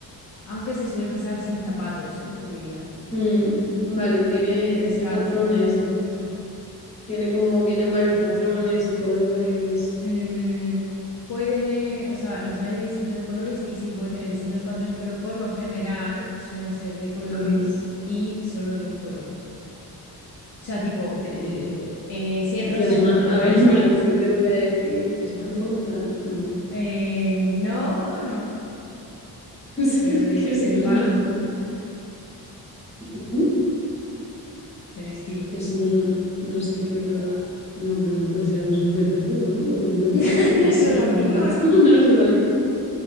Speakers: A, on the left (about 50°); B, on the left (about 15°).
A: aunque se suele pisar sin zapatos, ¿eh? Te diría.
B: Mm, vale, tiene,
A: Descalzo
B: tiene patrones,
A: con calcetines.
B: de- tiene como, vienen varios patrones y colores.
A: Mm, puede tener, o sea, los hay de distintos colores y sí puede tener distintos patrones, pero por lo general suelen ser de colores
B: Ajá.
A: y solo de un color. O sea, tipo,
B: Eh,
A: eh, si es rosa,
B: tía, es
A: es
B: una,
A: entero
B: a
A: rosa.
B: ver, <laughs> en verdad es que te lo voy a decir, ¿es una alfombra? No,
A: Eh, no, no,
B: <laughs> es
A: pero del,
B: que si
A: del
B: no es
A: palo,
B: una alfombra. Ujú.
A: del estilo.
B: Pero si no, no sé qué otra. ah, No, pero no puede ser, no es un felpudo, ¿no? Porque un felpudo
A: <laughs> Eso
B: sí que lo pisas
A: es lo
B: con
A: mismo,
B: zapato,
A: ¿no?
B: <laughs> no se vale.